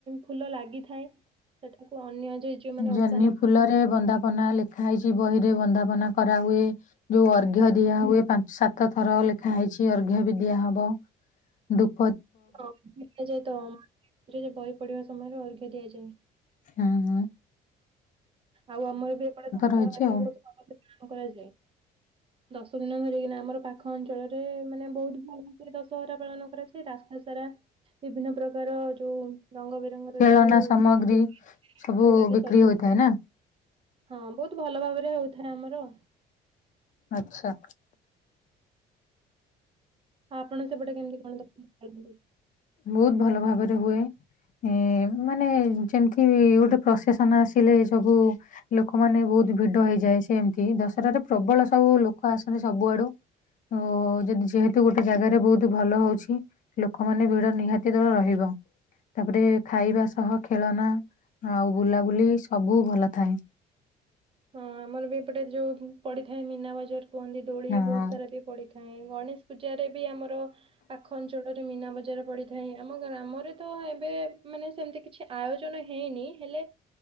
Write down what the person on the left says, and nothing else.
ଜହ୍ନି
ଫୁଲ ରେ ବନ୍ଦାପନା ଲେଖା ହେଇଛି ବହି ରେ ବନ୍ଦାପନା କରାହୁଏ। ଯୋଉ ଅର୍ଘ
ଦିଆ ହୁଏ ପାଞ୍ଚ ସାତ ଥର ଲେଖା ହେଇଛି ଅର୍ଘ୍ୟ ବି ଦିଆ ହବ ଦୃ
ହଁ ହ
ରହିଛି
ଆଉ
ଖେଳନା
ସାମଗ୍ରୀ
ସବୁ
ବିକ୍ରି
ହୋଇଥାଏ ନା
ଆଚ୍ଛା।
ବହୁତ ଭଲ ଭାବରେ ହୁଏ। ଏ ମାନେ ଯେମିତି ଗୋଟେ ପ୍ରସେସନ ଆସିଲେ ସବୁ ଲୋକମାନେ ବହୁତ ବହୁତ ଭିଡ ହେଇଯାଏ ସେ ସେମିତି ଦଶହାରେ ପ୍ରବଳ ସବୁ ଲୋକ ଆସନ୍ତି ସବୁଆଡୁ ଓ ଯଦି ଯେହେତୁ ଗୋଟେ ଜାଗାରେ ବହୁତ ଭଲ ହଉଛି ଲୋକମାନେ ଭିଡ ନିହାତି ଦର ରହିବ ତାପରେ ଖାଇବା ସହ ଖେଳନା ଆଉ ବୁଲାବୁଲି ସବୁ ଭଲ ଥାଏ।
ହଁ